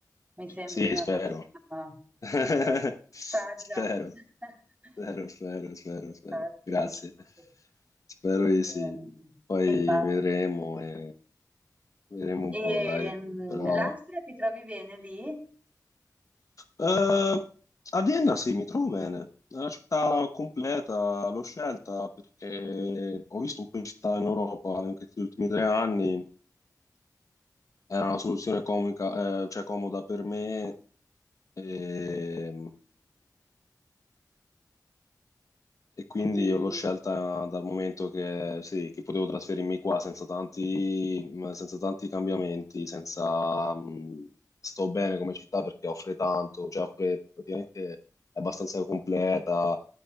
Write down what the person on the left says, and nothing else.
Sì,
spero.
<laughs>
Spero,
spero, spero, spero,
spero. Grazie.
Spero di sì.
Poi
vedremo e Vedremo un po',
dai. Però...
eh, a Vienna sì, mi trovo bene. È una città completa, l'ho scelta perché ho visto un po' di città in Europa in questi ultimi tre anni. Era una soluzione comica, eh, cioè comoda per me. E, E quindi
io l'ho scelta dal momento che, sì, che potevo trasferirmi qua senza tanti, mh, senza tanti cambiamenti, senza, mh, sto bene come città perché offre tanto, cioè offre praticamente è abbastanza completa,